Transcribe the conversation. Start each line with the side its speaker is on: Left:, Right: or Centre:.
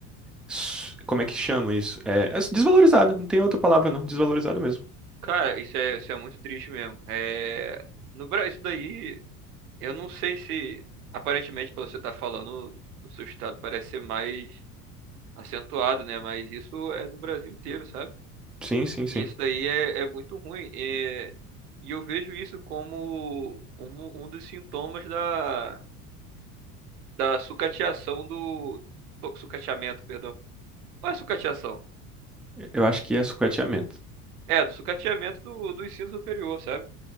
Centre: s- como é que chama isso? É, é desvalorizada, não tem outra palavra não, desvalorizada mesmo.
Right: Cara, isso é, isso é muito triste mesmo. É, no Brasil, isso daí, eu não sei se. Aparentemente, pelo que você tá falando, o seu estado parece ser mais acentuado, né? Mas isso é do Brasil inteiro, sabe?
Centre: Sim, sim, sim.
Right: E isso daí é, é muito ruim. É, e eu vejo isso como um, um dos sintomas da, da sucateação do. su- Sucateamento, perdão. Não é sucateação.
Centre: Eu acho que é sucateamento.
Right: É, do sucateamento do, do ensino superior, sabe?